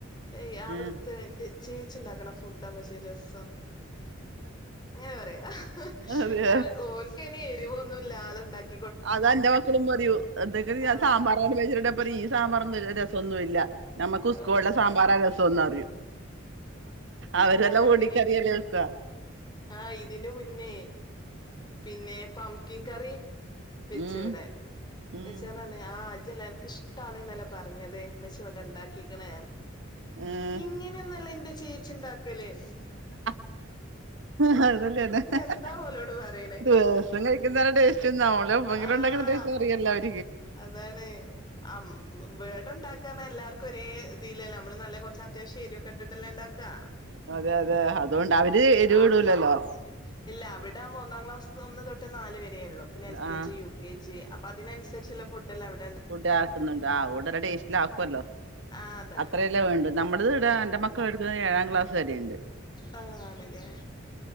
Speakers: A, on the left (about 20°); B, on the right (about 65°).
A: എയ് അവിടുത്തെ
B: ഏ
A: ന്റെ ചേച്ചിണ്ടാക്ക്ണ ഫുഡാമ്മച്ചേ രസം അങ്ങനെ പറയാ
B: അതെ
A: കൊ ഓൽക്കാന് എരിവൊന്നുംല്ലാതെണ്ടാക്കി
B: അതാന്റെ മക്കളും പറയൂ ന്തൊക്കെല് ഞാ
A: ആഹ്
B: സാമ്പാറഭെച്ചിണ്ടേപറയും ഈ സാമ്പാറൊന്നും രസന്നുല്ല നമ്മക്ക് ഉസ്കോള്ലെ
A: ആഹ്
B: സാമ്പാറാ രസംന്നറിയും അവരെല്ല
A: ഇന്നാളങ്ങനെനി
B: ഓടിക്കറിയല്ലെ വെക്ക
A: ആഹ് ഇതിന്റെ മുന്നേ പിന്നെ പംകിൻകറി വെച്ച്
B: ഉം
A: വടെ
B: ഉം
A: വെച്ചാണ്ടർഞ് ആ ജെല്ല അൻക്ക് ഇഷ്ടാണ്ന്നല്ലെ പറഞ്ഞത് മ്മച്ചി ഇവടെണ്ടാ ക്കിക്ക്‌ണ്ർഞ്
B: ആഹ്
A: ഇങ്ങനെയൊന്നല്ല ഇന്റെ ചേച്ചിണ്ടാക്കല്ന്ന്
B: അ ഹ അതല്ലേ ണെ ഹ ഹ
A: എന്താ
B: ഹ
A: ഓലോട് പറയണേ
B: ദിവസം കഴിക്കുന്നത ടേസ്റ്റ്ന്ന ഓള് ല
A: ആഹ്
B: <unintelligible> ട്ടേസ്റ്റ്റിയല്ലാവരും
A: അതാണ് അം വേടണ്ടാ ക്കാരണം എല്ലാർക്കും ഒരേ ഇതിലെല്ലെ മ്മള് നല്ല കൊറച്ച് അത്യാവശ്യംഎരുക്കെ ഇട്ടിട്ടല്ലെണ്ടാക്കാ
B: അതെ അതെ അതുകൊണ്ട് അവര് എരിവ്
A: ആ
B: ഇടൂലല്ലോ
A: അം ഇല്ല അവിടാവുമ്പോ ഒന്നാംക്ലാസ് ഒന്ന് തൊട്ട് നാലവരേ ഒള്ളൂ പിന്നെ എൽ കെ
B: ആഹ്
A: ജി യു കെ ജി അപ്പൊ അതിനൻസ സരിച്ച്ല്ല ഫുഡ്ഡ്ല്ല അവ്ടെ
B: ഫുഡ്‌ ആക്കുന്നുണ്ട് ആ വോണ്ട്ല്ല ടേസ്റ്റിലാക്കുവല്ലോ
A: ആഹ് അതാണ്
B: അത്രല്ലെവേണ്ടൂ നമ്മളത്ഈട എൻന്റെമക്കൾ എടുക്കുന്ന ഏഴാം ക്ലാസ് വരേണ്ട്
A: ആ ആണ്ലേ